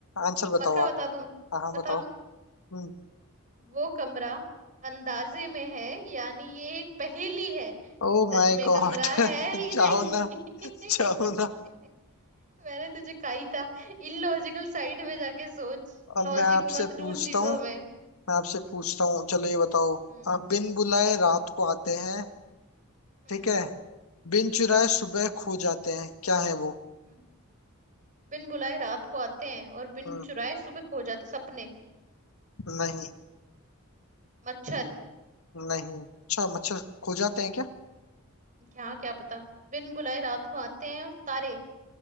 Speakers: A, on the left; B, on the right.
A: आंसर बताओ
B: पक्का
A: आप
B: बता दूं
A: हाँ हाँ,
B: बता
A: बताओ
B: दूं
A: हम्म
B: वो कमरा अंदाजे में है यानी ये एक पहेली है
A: Oh my
B: सच में
A: God
B: कमरा
A: <laughs>
B: है ही नहीं
A: जाओ ना
B: <laughs>
A: जाओ ना
B: मैंने तुझे कहा ही था इलॉजिकल साइड में जाके सोच
A: अब
B: लॉजिक
A: मैं आपसे
B: मत
A: पूछता
B: ढूंढ चीजों
A: हूँ
B: में
A: मैं आपसे पूछता हूँ चलो ये बताओ
B: हम्म
A: आप बिन बुलाए रात को आते हैं
B: हम्म
A: ठीक है बिन चुराए सुबह खो जाते हैं क्या है वो
B: हम्म बिन बुलाए रात को आते हैं और बिन
A: हम्म
B: चुराए सुबह खो जाते सपने
A: नहीं
B: मच्छर
A: नहीं अच्छा मच्छर खो जाते हैं क्या
B: क्या क्या पता बिन बुलाए रात को आते हैं और तारे